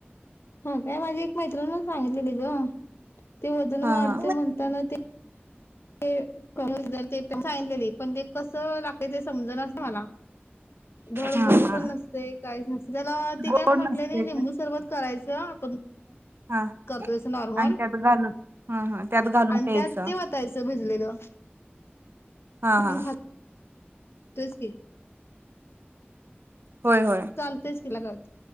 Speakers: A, on the left; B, on the right.
A: हा काय माझी एक मैत्रिणी सांगितलेली ग ते वजन
B: हा
A: वाढते
B: हा
A: म्हणताना ते ते कागसदार ते सांगितलेली पण ते कसं लागते ते समजणाच मला धड
B: हा
A: गोड
B: हा
A: पण नसते काहीच नस त्याला ते
B: गोड
A: काय म्हटले
B: नसते
A: नि लिंबू सरबत करायचं आपण
B: हा
A: करतो तस नॉर्मल
B: आणि त्यात घालून हा हा त्यात घालून
A: आणि
B: प्यायचं
A: त्यात ते भिजलेलं
B: हा
A: आपण
B: हा
A: खात तेच की
B: होय होय
A: चालतेच तिला काय होतय